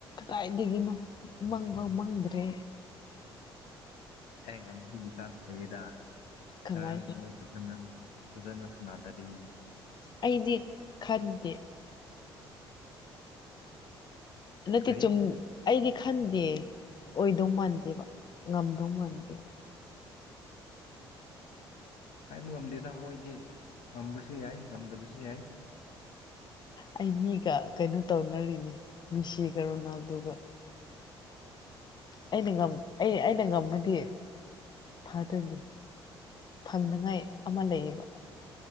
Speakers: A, on the left; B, on the left.
A: ꯀꯥꯏꯗꯒꯤꯅ‌ꯣ ꯃꯪꯐꯥꯎ ꯃꯪꯗ꯭ꯔꯦ
B: ꯍꯝ <unintelligible> ꯆꯥꯟꯁꯗ
A: ꯀꯃꯥꯏꯅ
B: ꯥꯉꯔꯥꯡꯗ ꯃ‌ꯣꯏ <unintelligible> ꯐꯖꯟꯅ ꯁꯟꯅꯗꯥꯕꯒꯤꯅꯦ
A: ꯑꯩꯗꯤ ꯈꯟꯗꯦ ꯅꯠꯇ‌ꯦ
B: ꯀꯔꯤ
A: ꯆꯨꯝ ꯑꯩꯗꯤ ꯈꯟꯗꯦ ꯑꯣꯏꯗꯧ ꯃꯥꯟꯗꯦꯕ ꯉꯝ ꯗꯧ ꯋꯥꯟꯗ‌ꯦ
B: ꯍꯥꯏꯕ ꯉꯝꯗꯦꯗ ꯃꯣꯏꯗꯤ ꯉꯝꯕꯁꯨ ꯌꯥꯏ ꯉꯝꯗꯕꯁꯨ ꯌꯥꯏ
A: ꯑꯩ ꯃꯤꯒ ꯀꯩꯅꯣ ꯇꯧꯅꯔꯤꯅꯤ ꯃꯤꯁꯤꯒ ꯔꯣꯅꯥꯜꯗꯨꯒ ꯑꯩ ꯉꯝ ꯑꯩ <unintelligible> ꯑꯩꯅ ꯉꯝꯃꯗꯤ ꯐꯥꯗꯣꯏꯅꯤ ꯐꯪꯅꯉꯥꯏ ꯑꯃ ꯂꯩꯌꯦꯕ